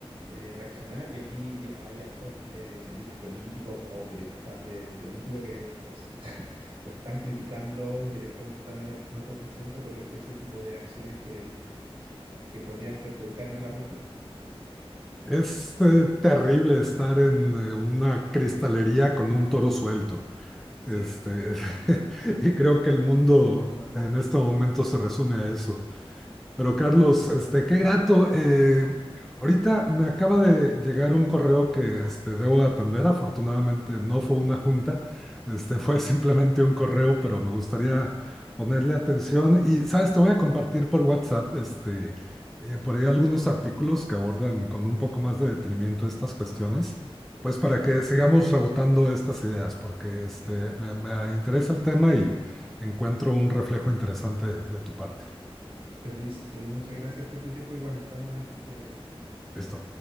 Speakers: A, on the right; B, in the centre.
A: eh, reaccionar. Y aquí vi- hay hartos eh, cientistas políticos o periodistas de política que estas- <laughs> lo están criticando indirectamente también a nuestro presidente por ese tipo de acciones que, que podrían perjudicarnos a largo plazo.
B: Es eh, terrible estar en eh, una cristalería con un toro suelto.
A: Sí,
B: Este, <laughs> y creo que el mundo en este momento se resume a eso. Pero Carlos, este, qué grato. eh, ahorita me acaba de llegar un correo que este, debo atender. Afortunadamente no fue una junta, este, fue <laughs> simplemente un correo, pero me gustaría ponerle atención. Y, sabes, te voy a compartir por WhatsApp este, eh, por ahí algunos artículos que abordan con un poco más de detenimiento estas cuestiones, pues para
A: súper.
B: que sigamos rebotando estas ideas, porque este, me, me interesa el tema y encuentro un reflejo interesante de tu parte.
A: Feliz, feliz, muchas gracias por tu tiempo. Igual, estamos hablando. Cuídate.
B: ¿Listo?